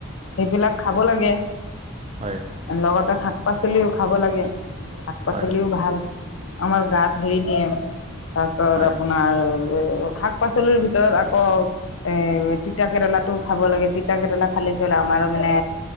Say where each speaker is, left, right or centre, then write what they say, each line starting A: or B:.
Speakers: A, on the left (about 75°); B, on the right (about 30°).
A: সেইবিলাক খাব লাগে
B: হয়
A: লগতে শাক পাচলিও খাব লাগে শাক পাচলিও
B: হয়
A: ভাল। আমাৰ গাত হেৰি দিয়ে তাৰপিছত
B: হয়
A: আপোনাৰ শাক পাচলিৰ ভিতৰত আকৌ এ তিতা কেৰেলাটো খাব লাগে তিতা কেৰেলা খালে কল আমাৰো মানে